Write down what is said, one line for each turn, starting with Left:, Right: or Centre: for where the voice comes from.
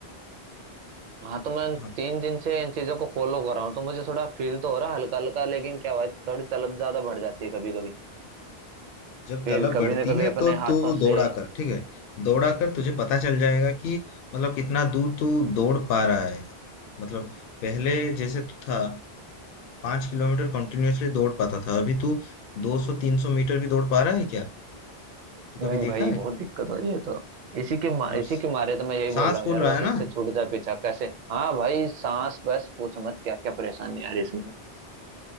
Right: हाँ तो मैं उन
Left: हाँ
Right: तीन दिन से इन चीजों को फॉलो कर रहा हूँ तो मुझे थोड़ा फील तो हो रहा है हल्का हल्का लेकिन क्या भाई थोड़ी तलब ज्यादा बढ़ जाती है कभी कभी
Left: जब
Right: फिर
Left: तलब
Right: कभी
Left: बढ़ती
Right: ना कभी
Left: है
Right: अपने
Left: तो
Right: हाथों
Left: तू
Right: से
Left: दौड़ा कर ठीक है दौड़ा कर तुझे पता चल जाएगा कि मतलब कितना दूर तू दौड़ पा रहा है मतलब पहले जैसे तू था पाँच किलोमीटर कंटिन्यूअसली दौड़ पाता था अभी तू 200-300 मीटर भी दौड़ पा रहा है क्या तू कभी
Right: नहीं
Left: देखा
Right: भाई बहुत
Left: है
Right: दिक्कत हो रही है तो इसी के मा,
Left: मतलब
Right: इसी के मारे तो मैं यही
Left: सांस
Right: बोल रहा हूँ
Left: फूल
Right: यार
Left: रहा
Right: बस
Left: है
Right: इससे
Left: ना
Right: छूट जाए पीछा कैसे हाँ भाई सांस बस पूछ मत क्या क्या परेशानी आ रही है इसमें तो।